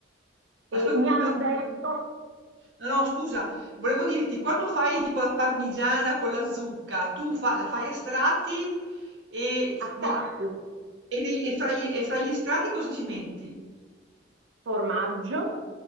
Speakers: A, on the right (about 75°); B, on the right (about 60°).
A: E
B: Ascoltami,
A: mi hanno
B: ma
A: detto
B: mhmm, no, no scusa, volevo dirti, quando fai tipo la parmigiana con la zucca, tu fa la fai a strati e z
A: a
B: nei
A: tratti,
B: e nei e fra gli e fra gli strati cosa ci metti?
A: formaggio